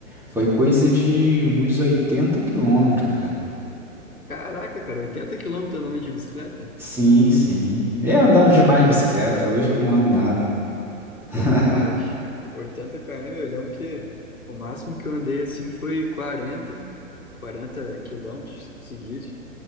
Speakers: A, in the centre; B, on the left (about 85°).
A: Foi coisa de uns 80 quilômetros, cara.
B: Caraca, cara, 80 quilômetros andando de bicicleta?
A: Sim, sim. Eu andava
B: Esse...
A: demais de bicicleta, hoje eu não ando nada. <laughs>
B: Rapaz, 80 km, eu lembro que o máximo que eu andei assim foi quarenta, 40 quilômetros seguidos,